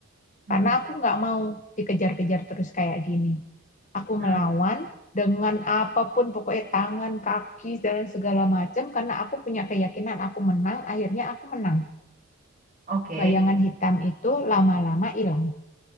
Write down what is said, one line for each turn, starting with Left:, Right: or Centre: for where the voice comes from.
Right: Mm-mm.
Left: Karena aku nggak mau dikejar-kejar terus kayak gini. Aku
Right: Mm-mm.
Left: melawan dengan apapun, pokoknya tangan, kaki, dan segala macam. Karena aku punya keyakinan aku menang, akhirnya aku menang.
Right: Oke.
Left: Bayangan hitam itu lama-lama hilang.